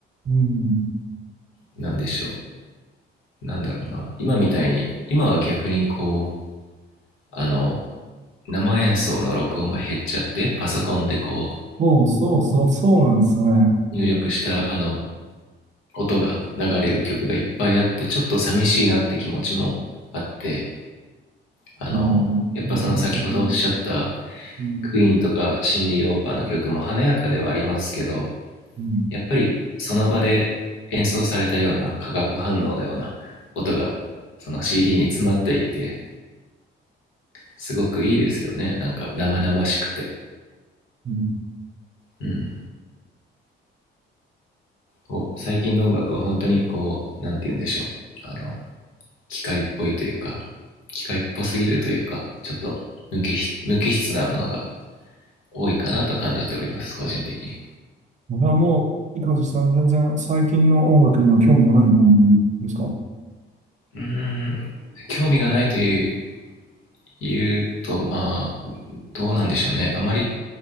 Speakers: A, on the right (about 35°); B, on the left (about 80°).
A: うん、
B: なんでしょう。なんだろうな。今みたいに、今は逆にこう、あの、生演奏の録音が減っちゃって、パソコンでこ
A: そうそうそう、そうなんですよね。
B: う、入力したあの、音が流れる曲がいっぱいあって、ちょっと寂しいなって気持ちもあって、あの、
A: もう、
B: やっぱその先ほどおっしゃった
A: もう本当に、うん、
B: クイーンとかシンディ・ローパーの曲も華やかではありますけど
A: うん、
B: やっぱりその場で演奏されたような化学反応のような音がその CD に詰まっていてすごくいいですよねなんか生々しくて、
A: うん。
B: うん、こう最近の音楽は本当にこうなんて言うんでしょうあの機械っぽいというか機械っぽすぎるというかちょっと無機無機質なものが多いかなと感じております個人的に
A: これはもう、いかずさん、全然最近の音楽には興味がない感じですか。
B: うーん興味がないという言うとまあどうなんでしょうねあまり